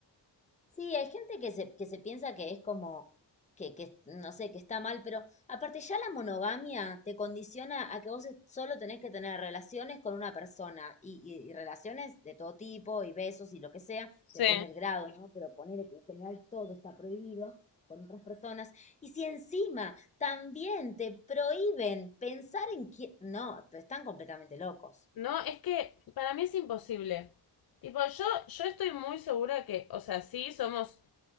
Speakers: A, on the left (about 15°); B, on the left (about 55°).
A: Sí, hay gente que se, que se piensa que es como, que, que, no sé, que está mal, pero aparte ya la monogamia te condiciona a que vos es- solo tenés que tener relaciones con una persona y, y- y relaciones de todo tipo y besos y lo que sea,
B: Sí.
A: depende del grado, ¿no? Pero poner que en general todo está prohibido con otras personas. Y si encima también te prohíben pensar en quién... No, pero están completamente locos.
B: No, es que para mí es imposible. Tipo, yo, yo estoy muy segura que, o sea, sí somos.